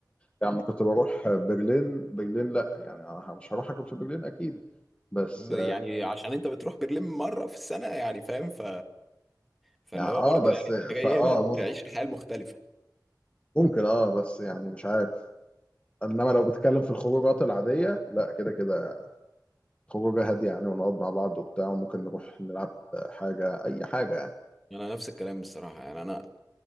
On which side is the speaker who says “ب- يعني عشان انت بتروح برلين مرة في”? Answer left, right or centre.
Centre